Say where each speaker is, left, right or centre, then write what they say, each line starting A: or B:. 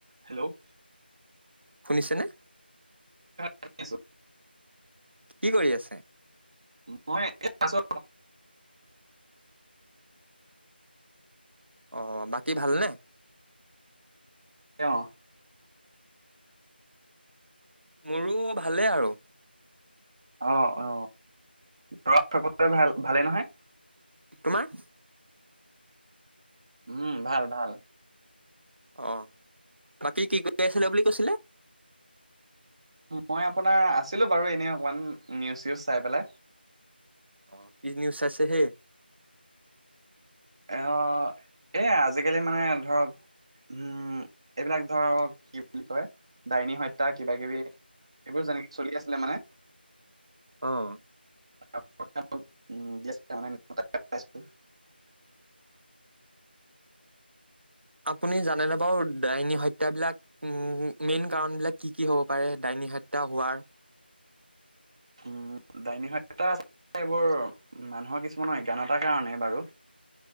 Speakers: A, on the right; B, on the right.
A: Hello
B: শুনিছেনে
A: শুনিছো
B: কি কৰি আছে
A: মই আছো
B: অ বাকী ভালনে
A: অ
B: মোৰো ভালেই আৰু
A: অ অ ঘৰত সকলোৱে ভাল ভালেই নহয়
B: তোমাৰ
A: উম ভাল ভাল
B: অ বাকী কি কৰি আছিলে বুলি কৈছিলে
A: মই আপোনাৰ আছিলো বাৰু এনে অকমান নিউজ চউজ চাই পেলাই
B: অ কি নিউজ আছে হেই
A: আহ এ আজিকালি মানে ধৰক উম এইবিলাক ধৰক কি বুলি কয় ডাইনী হত্যা কিবা কিবি, এইবোৰ যেনেকে চলি আছিলে মানে
B: অ'।
A: <inaudible>
B: আপুনি জানেনে বাৰু ডাইনী হত্যা বিলাক উম মেইন কাৰণ বিলাক কি কি হ'ব পাৰে ডাইনী নিহত্যা হোৱাৰ
A: উম দাইনী সত্যা এইবোৰ মানুহৰ কিছুমান অজ্ঞানতাৰ কাৰণে বাৰু